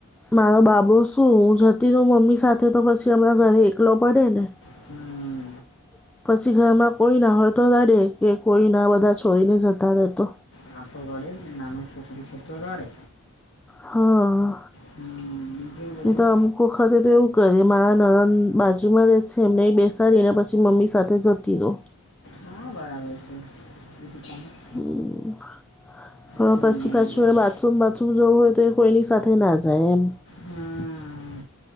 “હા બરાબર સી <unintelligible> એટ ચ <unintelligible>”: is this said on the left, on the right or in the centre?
Left